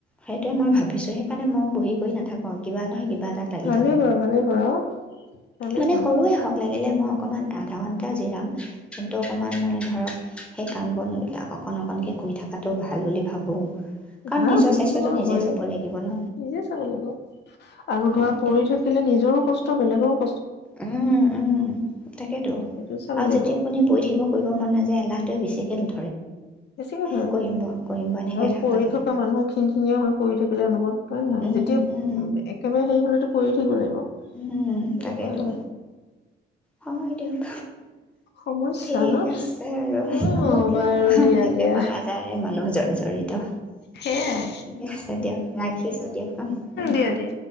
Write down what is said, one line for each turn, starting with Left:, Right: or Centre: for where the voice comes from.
Centre: সেইটোয়ে মই ভাবিছোঁ। সেইকাৰণে মই ব হেৰি কৰি নাথাকু আৰু। কিবা নহয় কিবা এটাত লাগি
Left: ভালেই
Centre: থাকো।
Left: কৰা ভালেই কৰা অ ভালেই
Centre: মানে
Left: কৰা
Centre: সৰুৱে হওঁক লাগিলে মই অকণমান আধা ঘণ্টা জিৰাম। কিন্তু অকণমান মানে ধৰক, সেই কাম বনবিলাক অকণ অকণকৈ কৰি থকাটো ভাল বুলি ভাবোঁ। কাৰণ
Left: ভাল
Centre: নিজৰ
Left: সেইটোতো
Centre: স্বাস্থ্যটো
Left: আৰু
Centre: নিজে
Left: হয়েই,
Centre: চাব লাগিব ন
Left: নিজে চাব লাগিব। আৰু
Centre: হয়
Left: ধৰা পৰি
Centre: দিয়ক
Left: থাকিলে নিজৰো কষ্ট বেলেগৰু
Centre: উম উম তাকেতো,
Left: সেইটো চাব
Centre: আৰু
Left: লাগিব
Centre: যদি আপুনি পৰি থাকিব। কৰিব মন নাযায় এলাহ টোৱে বেছিকৈ <inaudible>
Left: বেছিকৈ
Centre: এই
Left: ধৰে।
Centre: কৰিম বাৰু কৰিম বাৰু এনেকৈ
Left: আৰু পৰি
Centre: যায়
Left: থকা মানুহ খিঙং খিঙীয়াও হয় পৰি থাকিলে অনুৱত
Centre: উম
Left: যেতিয়া
Centre: উম
Left: একেবাৰে হেৰি হলেটো কৰিয়ো থাকিব লাগিব।
Centre: উম
Left: তেনেকুৱা
Centre: তাকেইতো।
Left: হয়
Centre: হয়, দিয়ক
Left: সমস্যা
Centre: ঠিক
Left: ন
Centre: আছে আৰু
Left: অ
Centre: হ'ব দিয়ক।
Left: বাৰু
Centre: আমাৰা
Left: দিয়া দিয়া
Centre: বেমাৰ আজাৰে মানুহ জন জৰি়ত,
Left: সেয়াই
Centre: ঠিক আছে দিয়ক। ৰাখিছোঁ দিয়ক। অ, উম উম
Left: দিয়া দিয়া